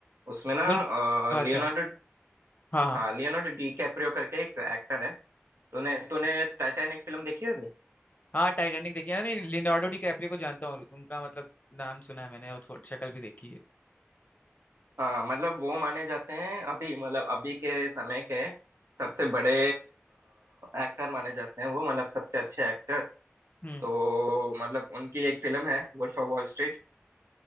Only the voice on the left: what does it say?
वुल्फ अच्छा
हाँ हाँ
हाँ टाइटैनिक देखी है ना नहीं लियोनार्डो डिकैप्रियो को जानता हूँ उनका मतलब नाम सुना है मैंने और थोड़ी शक्ल भी देखी है
हम्म